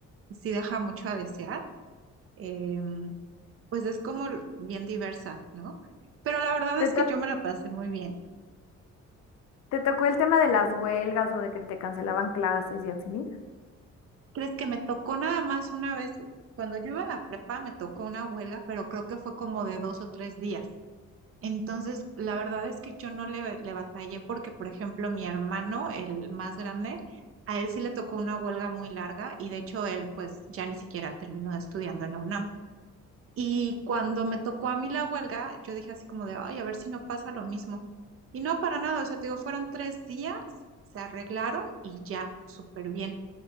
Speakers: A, on the right; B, on the left.
A: sí deja mucho a desear. Em, pues es como bien diversa, ¿no? Pero la verdad
B: ¿Te,
A: es
B: to-
A: que yo me la pasé muy bien.
B: te tocó el tema de las huelgas o de que te cancelaban clases y así?
A: ¿Crees que me tocó nada más una vez? Cuando yo iba a la prepa me tocó una huelga, pero creo que fue como de dos o tres días. Entonces, la verdad es que yo no le, le batallé porque, por ejemplo, mi hermano, el más grande, a él sí le tocó una huelga muy larga y de hecho él pues ya ni siquiera terminó estudiando en la UNAM. Y cuando me tocó a mí la huelga, yo dije así como de, ay, a ver si no pasa lo mismo. Y no para nada, o sea, te digo, fueron tres días, se arreglaron y ya, súper bien.